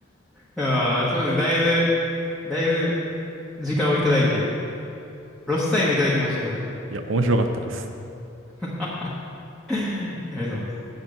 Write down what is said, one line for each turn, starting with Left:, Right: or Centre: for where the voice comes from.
Centre: ああ、そうですね。だいぶ、だいぶ時間をいただいて、ロスタイムいただきましたけど。
Right: いや、面白かったです。
Centre: <laughs> ありがとうございます。